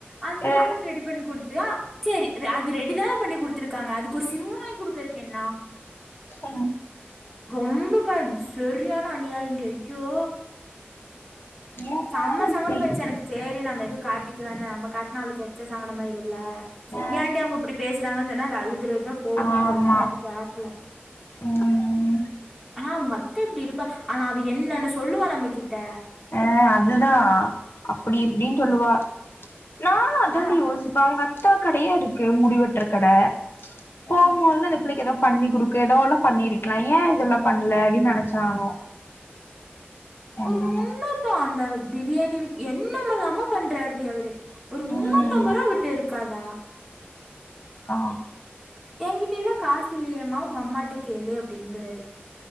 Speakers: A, in the centre; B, on the left.
A: அந்த
B: அ
A: ஃபோன் ரெடி பண்ணி குடுத் <unintelligible> சேரி அது ரெடிதான பண்ணி குடுத்துருக்காங்க அதுக்கு ஒரு சிம் வாங்கி குடுக்குறக்கு என்னா
B: ம்
A: ரொம்ப ப சரியான அநியாயண்டி ஐயோ
B: என்ன
A: செம்ம
B: இப்டி
A: சங்கடமாயிருச்சு எனக்கு சேரி நம்ம எதுவு காட்டிக்க வேணா நம்ம காட்னா அவளுக்கு எச்ச சங்கடமாயிருல்ல
B: அ
A: ஏன்டி அவங்க இப்டி பேசுறாங்கன் சொன்னா அது அழுதுறதுதா போதுன்னு
B: ஆமா
A: சொல்ட்டு நா எது கேக்கல
B: ம்
A: ஆனா உங்க அத்த இப்டி இருப்பா ஆனா அவ என்னன்னு சொல்லுவா நம்ம கிட்ட
B: அ அதுதா அப்டி இப்டின் சொல்லுவா நானு அதான்டி
A: ஆனா
B: யோசிப்ப அவங்க அத் த்தா கடயே இருக்கு முடிவெட்ற கட போம்போது
A: ஆ
B: இந்த பிள்ளைக் எதா பண்ணி குடுக்க இதோட பண்ணிருக்கலா ஏன் இதெல்லா பண்ணல அப்டின்னு நெனைச்சானு என்னமோ
A: ஒரு முன்னூத்தோ அந்த பிரியாணி விக் என்னமலாமோ பண்றாருடி அவுரு ஒரு முன்னூத்த
B: ம்
A: அம்பதுருவா அவுருகிட்ட இருக்கு க்கதா
B: ஆஹ்
A: என்கிட்டல்லா காசு இல்லயேமா உங்க அம்மாட்ட கேளு அப்டின்ங்குறாரு